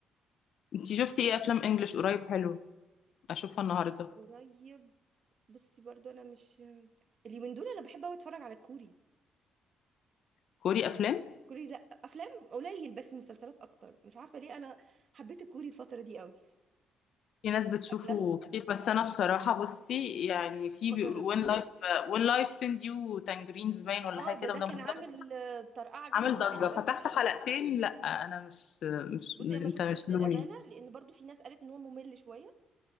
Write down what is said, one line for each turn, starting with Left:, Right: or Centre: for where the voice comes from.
Left: انتي شفتي ايه افلام انجليش قريب حلو اشوفها النهارده
Right: قريب بصي برضو انا مش اليومين دول انا بحب قوي اتفرج على الكوري
Left: كوري افلام
Right: كوري لا افلام قليل بس مسلسلات اكتر مش عارفه ليه انا حبيت الكوري الفتره دي قوي
Left: في ناس بتشوفه
Right: افلام
Left: كتير بس انا بصراحه بصي يعني في
Right: ما جربتيش
Left: وين لايف وين لايف سند يو تانجرينز باين ولا
Right: اه
Left: حاجه
Right: ده
Left: كده
Right: ده
Left: وده
Right: كان
Left: مسلسل
Right: عامل آه، طرقعه جامده
Left: عامل ضجه
Right: قوي على
Left: فتحت
Right: السوشيال
Left: حلقتين لا انا مش مش,
Right: بصي
Left: مش
Right: انا
Left: انت
Right: ما شفتوش
Left: مش
Right: للامانه
Left: لوني
Right: لان برضو في ناس قالت ان هو ممل شويه